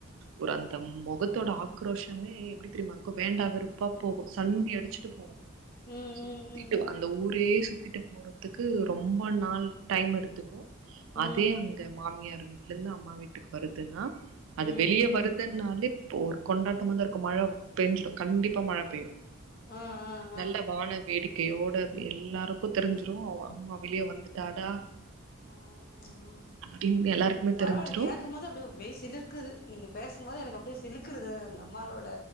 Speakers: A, on the right; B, on the left.
A: ஒரு அந்த முகத்தோட ஆக்ரோஷமே எப்படி தெரியுமா இருக்கும் வேண்டா வெறுப்பா போகு சண்டி அடிச்சுட்டு போகு
B: ம்,
A: சுத்திட்டு
B: ம்,
A: வா அந்த ஊரே சுற்றிட்டு போறதுக்கு ரொம்ப நாள் டைம் எடுத்துக்கும் அதே
B: ம். ம்,
A: அங்க மாமியார் விட் எல்ல அம்மா வீட்டுக்கு வருதுன்னா அது
B: ம்.
A: வெளிய வருதன் நால இப்ப ஒரு கொண்டாட்டமா தா இருக்கும் மழை பெயஞ்சிடும் கண்டிப்பா மழை பெய்யும்
B: ஆ, ஆ, ஆ.
A: நல்ல வான வேடிக் கையோட எல்லாருக்கும் தெரிஞ்சிரும் அம்மா வெளியே வந்துட்டாடா
B: உம்
A: அப்டின்னு எல்லாருக்குமே
B: பரவால
A: தெரிஞ்சிரு
B: கேக்கம் போதே அப்படியே மெய் சில்லுர்க்குது. நீங்க பேசும்போது எனக்கு அப்டியே சிலுக்குறுது அந்த அம்மாளோட